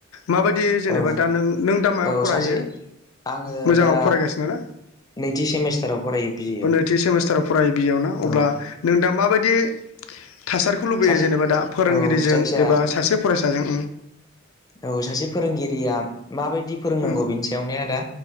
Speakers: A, on the left; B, on the left.
A: माबायदि जेनेबा
B: औ
A: दा नों नों दा मायाव
B: औ
A: फरायो
B: सासे आङो
A: मोजाङाव
B: दा
A: फरायगासिनो ना
B: नैथि सेमिस्टाराव फरायो बिए आव
A: नैथि सेमिस्टाराव फरायो बियाव ना अब्ला
B: औ
A: नों दा माबायदि थासारिखौ लुबैयो
B: सासे
A: जेनेबा दा फोरोंगिरिजों
B: औ जायखिजाया
A: एबा सासे फरायसाजों
B: औ सासे फोरोंगिरिया माबायदि फोरोंनांगौ
A: उम
B: बिनि सायाव ने आदा।